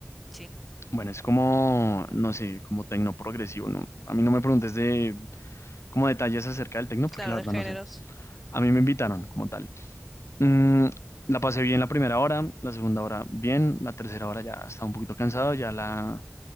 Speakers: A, in the centre; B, on the left.
A: Sí,
B: Bueno, es como, no sé, como tecno progresivo, ¿no? A mí no me preguntes de como detalles acerca del tecno, porque
A: claro,
B: la verdad
A: de géneros,
B: no sé. A mí me invitaron como tal. Mm, la pasé bien la primera hora, la segunda hora bien, la tercera hora ya estaba un poquito cansado, ya la...